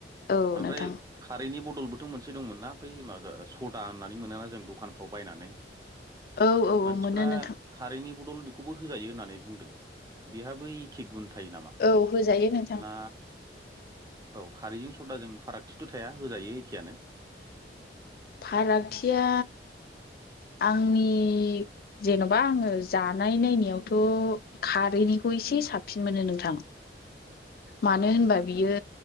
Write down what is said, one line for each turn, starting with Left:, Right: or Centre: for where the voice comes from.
Left: औ
Right: ओमफ्राय
Left: नोंथां
Right: खारैनि बथल बदलबोथ' मोनसे दंमोन नना बै माबा सदा होननानै मोनोना जों दखानफ्राव बायनानै।
Left: औ औ औ
Right: मानसिफ्रा
Left: मोनो नोंथां
Right: खारैन्नि बदल बेखौबो होजायो होननानै बुंदों। बेहाबो एखे गुन। थायो नामा
Left: औ होजायो नों
Right: ना औ खारैजों सदाजों फारागथि। थाया होजायो एखेयानो।
Left: फारागथिया आंनि जेन'बा आङो जानाय नायनायावथ' खारैनिखौ एसे साबसिन मोनो नोंथां मानो
Right: उम होम
Left: होनबा
Right: होम
Left: बियो।
Right: होम